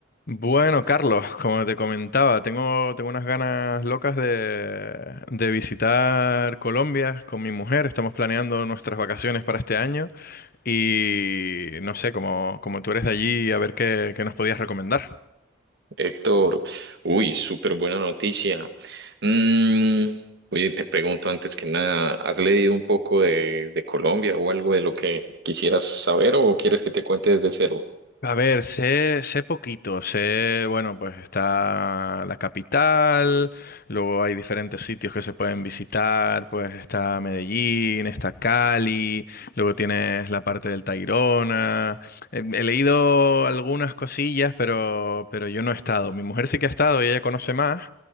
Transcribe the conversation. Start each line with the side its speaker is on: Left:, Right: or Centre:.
Left: Bueno, Carlos, <laughs> como te comentaba, tengo, tengo unas ganas locas de, de visitar Colombia con mi mujer. Estamos planeando nuestras vacaciones para este año y no sé, como, como tú eres de allí, a ver qué, qué nos podías recomendar.
Right: Héctor, uy, súper buena noticia. Mm, oye, te pregunto antes que nada, ¿has leído un poco de, de Colombia o algo de lo que quisieras saber o quieres que te cuente desde cero?
Left: A ver, sé, sé poquito, sé, bueno, pues está la capital, luego hay diferentes sitios que se pueden visitar, pues está Medellín, está Cali, luego tienes la parte del Tayrona. He, he leído algunas cosillas, pero, pero yo no he estado. Mi mujer sí que ha estado y ella conoce más,